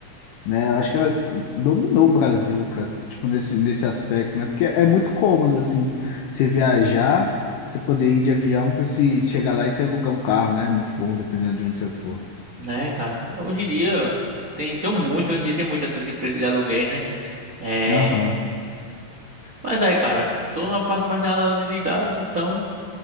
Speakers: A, on the left; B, on the right.
A: né? Eu acho que ela dominou o Brasil, cara, tipo, nesse, nesse aspecto, né? Porque é muito cômodo, assim, você viajar, você poder ir de avião para se chegar lá e você alugar um carro, né? É Muito bom, dependendo de onde você for.
B: Né, cara? Hoje em dia tem, tem muito, hoje em dia tem muitas essas empresas de aluguéis, né? É,
A: Aham.
B: mas aí, cara, tô na parte mais da análise de dados, então.